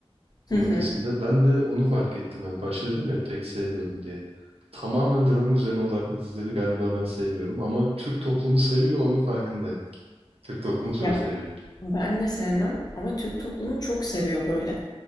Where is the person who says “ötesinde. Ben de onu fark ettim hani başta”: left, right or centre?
Right